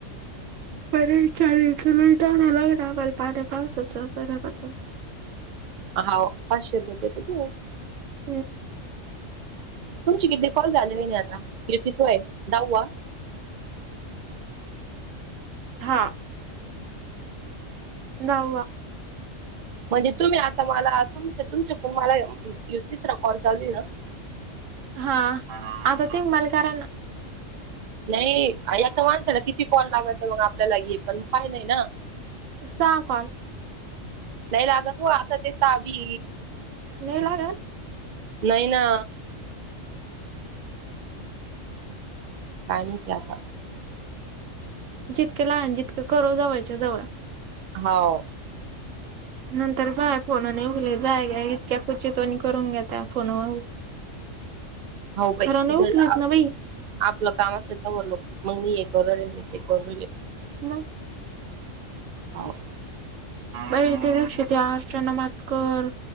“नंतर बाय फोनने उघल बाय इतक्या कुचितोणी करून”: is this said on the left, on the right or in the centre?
Right